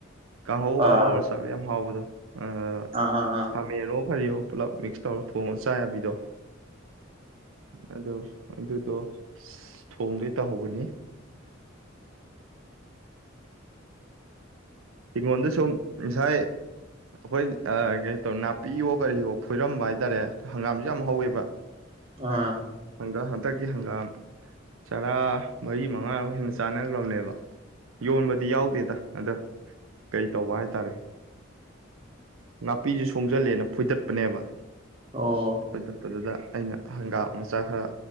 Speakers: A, on the right (about 80°); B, on the right (about 30°).
A: ꯀꯥꯡꯍꯧ
B: ꯑꯥ
A: ꯉꯧꯔꯥ ꯆꯥꯕ ꯌꯥꯝ ꯍꯥꯎꯕꯗꯣ ꯑ
B: ꯑꯥ ꯑꯥ ꯑꯥ
A: ꯊꯃꯦꯔꯣ ꯀꯔꯤꯌꯣ ꯄꯨꯂꯞ ꯃꯤꯛꯁ ꯇꯧꯔꯣ ꯊꯣꯡꯉꯣ ꯆꯥ ꯌꯥꯕꯤꯗꯣ ꯑꯗꯣ ꯑꯗꯨꯗꯣ ꯊꯣꯡꯗꯩ ꯇꯧ ꯍꯧꯕꯅꯤ ꯍꯤꯉꯣꯟꯗ ꯁꯨꯝ ꯉꯁꯥꯏ ꯑꯩꯈꯣꯏ ꯀꯩꯇꯧꯔ ꯅꯥꯄꯤꯌꯣ ꯀꯔꯤꯌꯣ ꯐꯣꯏꯔꯝꯕ ꯍꯥꯏꯇꯥꯔꯦ ꯍꯪꯒꯥꯝꯁꯨ ꯌꯥꯝ ꯍꯧꯋꯦꯕ
B: ꯑꯥ
A: ꯍꯪꯒꯥ ꯍꯟꯗꯛꯀꯤ ꯍꯪꯒꯥꯝ ꯆꯔꯥ ꯃꯔꯤ ꯃꯉꯥꯔ ꯍꯦꯟꯅ ꯆꯥꯟꯅꯈ꯭ꯔꯕꯅꯦꯕ ꯌꯣꯟꯕꯗꯤ ꯌꯥꯎꯗꯦꯗ ꯑꯗꯣ ꯀꯩ ꯇꯧꯕ ꯍꯥꯏꯇꯥꯔꯦ ꯅꯥꯄꯤꯁꯦ ꯁꯣꯡꯖꯜꯂꯦꯅ ꯐꯣꯏꯗꯠꯄꯅꯦꯕ
B: ꯑꯣ
A: ꯐꯣꯏꯗꯠꯄ ꯗꯨꯗ ꯑꯩꯅ ꯍꯪꯒꯥꯝ ꯃꯆꯥ ꯈꯔ